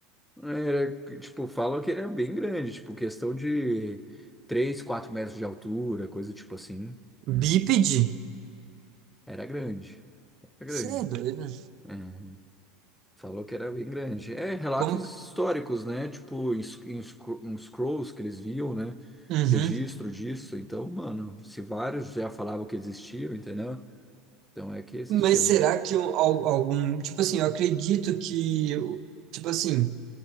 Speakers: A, in the centre; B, on the right (about 40°).
A: Era, tipo, falam que ele é bem grande, tipo, questão de 3, 4 metros de altura, coisa tipo assim.
B: Bípede?
A: Era grande. Era grande.
B: Você é doido? né?
A: Uhum. Falou que era bem grande. É, relatos
B: Como? que-
A: históricos, né? Tipo, em, sc- em scro- em scrolls que eles viam, né?
B: Uhum.
A: Registro disso. Então, mano, se vários já falavam que existiam, entendeu? Então é que existia
B: Mas será
A: mesmo.
B: que eu- al- algum, tipo assim, eu acredito que, tipo assim,